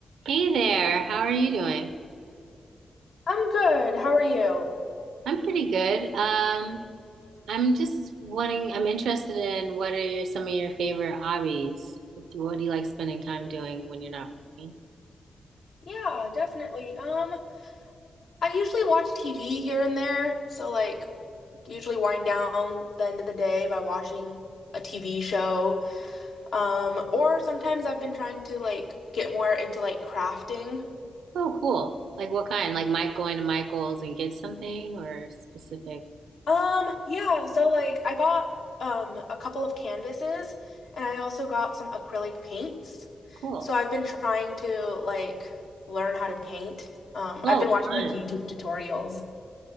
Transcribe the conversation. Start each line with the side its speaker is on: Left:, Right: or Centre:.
Right: Hey there, how are you doing?
Left: I'm good. How are you?
Right: I'm pretty good. Um, I'm just wanting, I'm interested in what are your, some of your favorite hobbies? What do you like spending time doing when you're not working?
Left: Yeah, definitely. Um, I usually watch TV here and there, so like usually wind down the end of the day by watching a TV show. Um, or sometimes I've been trying to like get more into like crafting.
Right: Oh, cool. Like what kind? Like Mike going to Michael's and get something or specific?
Left: Um, yeah, so like I got um a couple of canvases and I also got some acrylic paints.
Right: Cool.
Left: So I've been trying to like learn how to paint. Um,
Right: Oh,
Left: I've been watching
Right: fun.
Left: like YouTube tutorials.